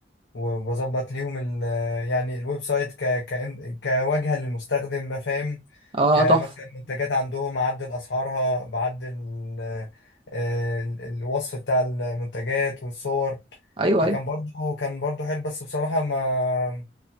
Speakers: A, on the left; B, on the right.
A: وبظبط ليهم ال- يعني الويب سايت ك كإن- كواجهة للمستخدم فاهم
B: اه
A: كمثلا
B: تحفه
A: منتجات عندهم عدل اسعارها بعدل ال- ال- الوصف بتاع المنتجات والصور
B: ايوه
A: فكان
B: ايوه
A: برضو كان برضو حلو بس بصراحة ما